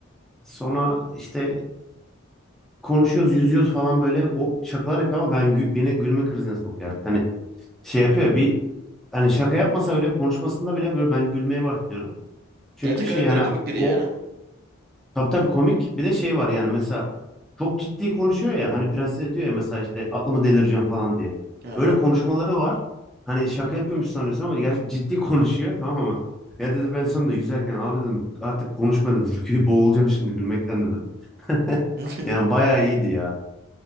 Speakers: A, in the centre; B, on the right.
A: Sonra işte konuşuyoruz, yüzüyoruz falan böyle o şakalar yapıyor ama ben gü- beni gülme krizine sokuyor artık. Hani şey yapıyor ya, bir hani şaka yapmasa öyle konuşmasında bile böyle ben gülmeye başlıyorum. Çünkü
B: Gerçek
A: şey
B: hayatta
A: hani
B: da komik biri
A: o
B: yani.
A: tabii tabii komik bir de şey var yani mesela çok ciddi konuşuyor ya hani prenses diyor ya mesela işte aklımı delireceğim falan diye.
B: Aha.
A: Öyle konuşmaları var. Hani şaka yapıyormuş sanıyorsun ama gerçi ciddi <laughs> konuşuyor tamam mı? Ya dedi ben sonunda yüzerken abi dedim artık konuşma dedim. <laughs> Çünkü boğulacağım şimdi gülmekten dedim. <laughs>
B: <laughs>
A: Yani bayağı iyiydi ya.